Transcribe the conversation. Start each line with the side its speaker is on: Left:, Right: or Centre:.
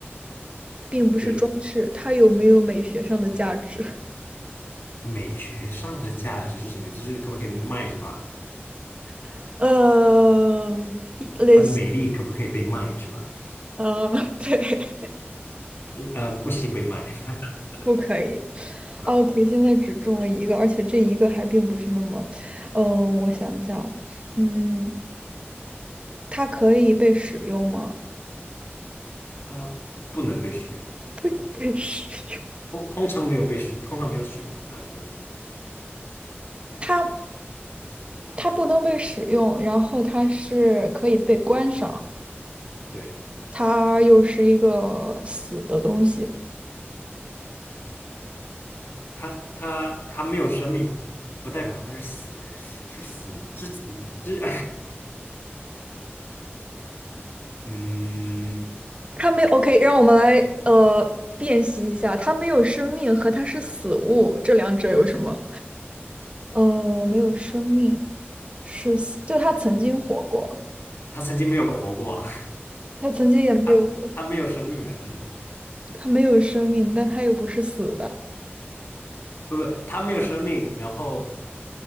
Right: 并不是装饰。
Left: 对。
Right: 它有没有美学上的价值？
Left: 美学上的价值是什么？就是可不可以卖是吧？
Right: <laughs> 呃，类似，
Left: 它的美丽可不可以被卖是吧？
Right: 呃，<laughs> 对，
Left: 你呃，不行，被卖，<laughs>
Right: 不可以。
Left: 呃，
Right: OK，现在只中了一个，而且这一个还并不是那么，嗯，我想一下啊，嗯，它可以被使用吗？
Left: 它不能被使用，
Right: <laughs> 被使用。
Left: 通通常没有被使，通常没有使用它的。嗯，
Right: 它它不能被使用，然后它是可以被观赏，
Left: 对，
Right: 它又是一个死的东西。
Left: 它它它没有生命，不代表它是死，是死是死灵，就是 <laughs> 嗯，
Right: 它没 OK，让我们来呃辨析一下，它没有生命和它是死物，这两者有什么？呃，没有生命是死，就它曾经活过，
Left: 它曾经没有活过啊，
Right: 它曾经也没有活，
Left: <laughs> 它没有生命的，嗯，
Right: 它没有生命，但它又不是死的，
Left: 不不，它没有生命，然后